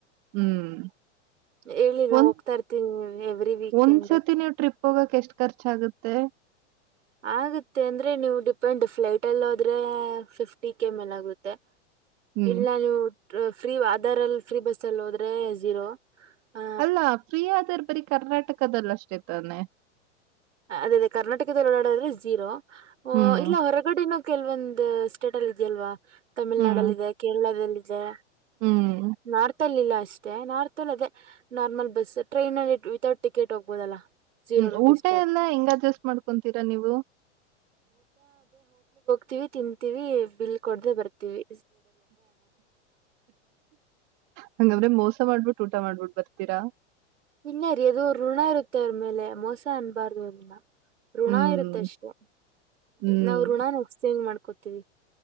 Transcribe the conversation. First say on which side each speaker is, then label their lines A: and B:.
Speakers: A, on the right; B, on the right.
A: ಹ್ಮ್
B: ಹೇಳಿಲ್ವಾ
A: ಒ
B: ಹೋಗ್ತಾ ಇರ್ತೀನಿ ಎವ್ರಿ ವೀಕೆಂಡ್
A: ಒಂದ್ಸತಿ ನೀವು ಟ್ರಿಪ್ ಹೋಗಕ ಎಷ್ಟ ಖರ್ಚಾಗುತ್ತೆ
B: ಆಗುತ್ತೆ ಅಂದ್ರೆ ನೀವು ಡಿಪೆಂಡ್ ಫ್ಲೈಟ್ ಅಲ್ಲಿ ಹೋದ್ರೆ ಫಿಫ್ಟಿ ಕೆ ಮೇಲ್ ಆಗುತ್ತೆ
A: ಹ್ಮ್
B: ಇಲ್ಲ ನೀವು ಫ್ರೀ ಆಧಾರ್ ಅಲ್ಲಿ ಫ್ರೀ ಬಸ್ ಅಲ್ಲಿ ಹೋದ್ರೆ ಝೀರೋ ಆ
A: ಅಲ್ಲ ಫ್ರೀ ಆದರ್ ಬರಿೀ ಕರ್ನಾಟಕದಲ್ಲ ಅಷ್ಟೇ ತಾನೆ
B: ಅದೇ ಅದೇ ಕರ್ನಾಟಕದಲ್ಲಿ ಓಡಾಡದ್ರೆ ಜಝೀರೋ
A: ಹ್ಮ್
B: ಇಲ್ಲ ಹೊರಗಡಿನ ಕೆಲ್ವೊಂದು ಸ್ಟೇಟ್ ಅಲ್ಲಿ ಇದೆಯಲ್ವಾ ತಮಿಳ್ನಾಡಲ್ಲ
A: ಹ್ಮ್
B: ಇದೆ ಕೇರಳದಲ್ಲಿದೆ.
A: ಹ್ಮ್
B: ನಾರ್ತ್ ಲ್ಲಿ ಇಲ್ಲ ಅಷ್ಟೇ ನಾರ್ತ ಅಲ್ ಅದೇ ನಾರ್ಮಲ್ ಬಸ್ ಟ್ರೈನ್ ಅಲ್ಲಿ ವಿತೌಟ್ ಟಿಕೆಟ್ ಹೋಗ್ಬೋದಲ್ಲಾ ಜೀರೋ
A: ಹ್ಮ್
B: ರುಪೀಸ್
A: ಊಟ
B: ಚಾರ್ಟ
A: ಎಲ್ಲ ಹೆಂಗ್ ಅಡ್ಜಸ್ಟ್ ಮಾಡ್ಕೊತೀರಾ ನೀವು
B: ತವಿ ತಿಂತೀವಿ ಬಿಲ್ ಕೊಡ್ದ ಬರ್ತಿೀವಿ
A: ಹಂಗ ಅವರ ಮೋಸ್ಟ್ ಸ ಮಾಡ್ಬಿಟ್ಟು ಊಟ ಮಾಡ್ಬಿಟ್ಟು ಬರ್ತೀರಾ
B: ಪನ್ನರಿ ಎದೋ ಋಣ ಇರುತ್ತೆ ಅವ್ರ ಮೇಲೆ ಮೋಸ ಅನ್ಬಾರ್ದು ಅದನ್ನ ಋಣ
A: ಹ್ಮ್
B: ಇರುತ್ತೆ ಅಷ್ಟೇ
A: ಹ್ಮ್
B: ನಾವವು ಋಣಾನ ಎಕ್ಸ್ಚೇಂಜ್ ಮಾಡ್ಕೋತೀವಿ